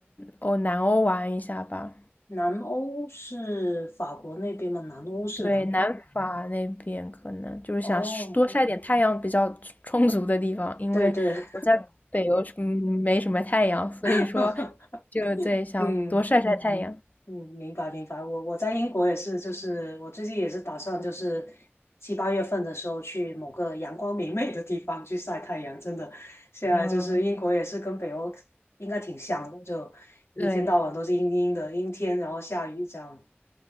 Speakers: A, on the left; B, on the left.
A: 哦南欧玩一下吧。
B: 南欧是法国那边吗？南欧是哪里？
A: 对，南法那边可能就是想是多晒点太阳比较充足的地方，
B: 哦，
A: 因为我在北欧是嗯没什么太阳，
B: 对对，
A: 所以说
B: <laughs>
A: 就对想多晒晒太阳。
B: 嗯嗯，明白明白。我我在英国也是，就是我最近也是打算就是七八月份的时候去某个阳光明媚的地方去晒太阳。真的，现在就是英国也是跟北欧应该挺像的，
A: 嗯，
B: 就一天到晚都是阴阴的阴天，
A: 对
B: 然后下雨这样。